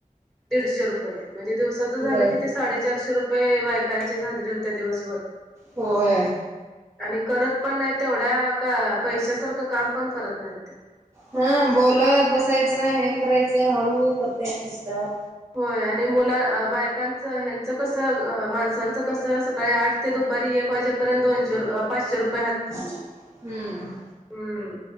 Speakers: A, in the centre; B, on the right (about 20°).
A: दीडशे रुपये म्हणजे दिवसात झालं
B: ब
A: कि ते साडेचारशे रुपये बायकांचीच हाजरी होते दिवसभर.
B: होय
A: आणि करत पण नाही तेवढ्या का पैशा सारखं काम पण करत नाहीत ते.
B: हा बोलत बसायचं, हे करायचं हळू करते सुस्टात.
A: होय आणि मुला बायकांचं ह्यांचं कस माणसांचं कसं सकाळी आठ ते दुपारी एक वाजेपर्यंत दोनशे पाचशे रुये
B: हम्म
A: हम्म